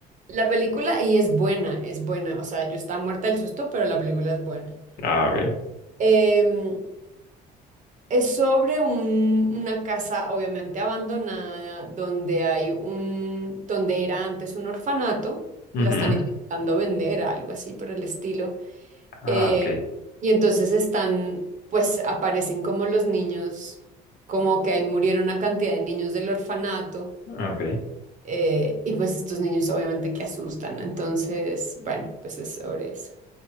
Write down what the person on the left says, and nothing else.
Ah, ok.
Ujú.
Ah,
ok. Eh,
Ok.